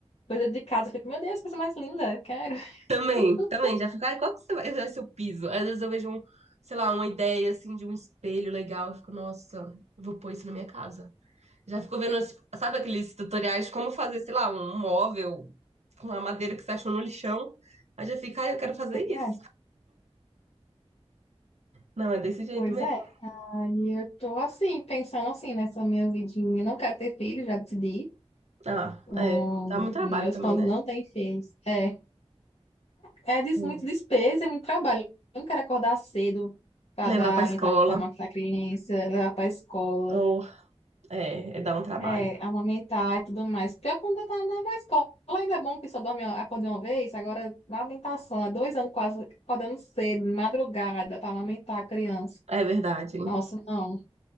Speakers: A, on the left; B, on the right.
A: coisa de casa, eu fico, meu Deus, coisa mais linda, eu quero.
B: Também,
A: <laughs>
B: também, já fico, ai, qual que vai vai ser o piso? Às vezes eu vejo um, sei lá, uma ideia assim de um espelho legal, eu fico, nossa, vou pôr isso na minha casa. Já ficou vendo, as- sabe aqueles tutoriais de como fazer, sei lá, um móvel com uma madeira que você achou no lixão? Aí já fica, ah, eu quero fazer
A: Pois
B: isso.
A: é,
B: Não, é desse jeito
A: pois
B: mesmo.
A: é. Aí eu tô assim, pensando assim, nessa minha vidinha. Não quero ter filho, já decidi.
B: Ah,
A: Então,
B: é, dá
A: nos
B: muito trabalho
A: meus
B: também,
A: planos
B: né?
A: não têm filhos. É. É, é des-
B: Sim.
A: muito despesa, é muito trabalho. Eu não quero acordar cedo para
B: Levar
A: dar
B: pra
A: amamentar,
B: escola,
A: pra amamentar a criança, levar para a escola,
B: ou, é, é dar um trabalho.
A: é, amamentar e tudo mais. Pior quando tá na na escola, ainda é bom que só dorme, acorda uma vez. Agora, na amamentação, há dois anos quase acordando cedo, de madrugada, para amamentar a criança.
B: É verdade.
A: Nossa, não,